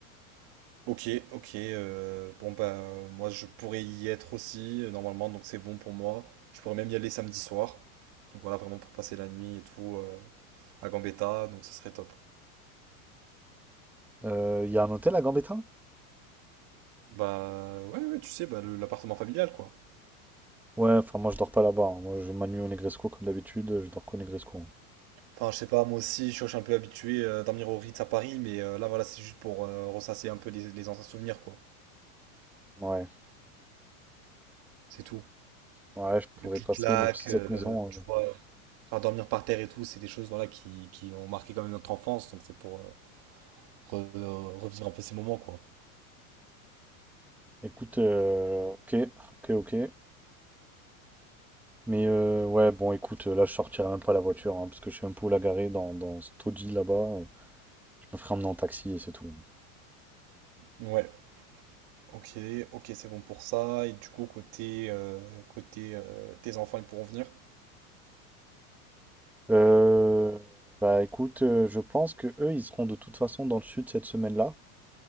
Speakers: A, on the right (about 50°); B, in the centre.
A: Ok, ok. euh, bon bah moi je pourrais y être aussi euh, normalement, donc c'est bon pour moi. Je pourrais même y aller samedi soir. Donc voilà, vraiment pour passer la nuit et tout euh, à Gambetta, donc ce serait top.
B: Euh, Il y a un hôtel à Gambetta?
A: Bah ouais, ouais, tu sais, bah, le- l'appartement familial quoi.
B: Ouais, enfin, moi, je dors pas là-bas. hein. Moi, je ma nuit au Negresco comme d'habitude, je dors qu'au Negresco. hein.
A: Enfin, je sais pas, moi aussi, je suis un peu habitué euh, à dormir au Ritz à Paris, mais euh, là voilà, c'est juste pour euh, ressasser un peu les, les anciens souvenirs quoi.
B: Ouais,
A: C'est tout.
B: ouais, je pourrais
A: le clic-clac,
B: passer, même si cette
A: euh,
B: maison.
A: tu
B: euh,
A: vois, faire dormir par terre et tout, c'est des choses voilà, qui, qui ont marqué quand même notre enfance, donc c'est pour euh, re- euh, revivre un peu ces moments, quoi.
B: Écoute, euh, ok, ok, ok. Mais euh, ouais, bon, écoute, euh, là, je sortirai même pas la voiture, hein, parce que je suis un peu où la garer dans, dans ce taudis là-bas. Je me ferai emmener en taxi et c'est tout.
A: Ouais, ok, ok, c'est bon pour ça. Et du coup, côté, euh, côté euh, tes enfants, ils pourront venir?
B: Euh, bah écoute, euh, je pense que eux, ils seront de toute façon dans le sud cette semaine-là.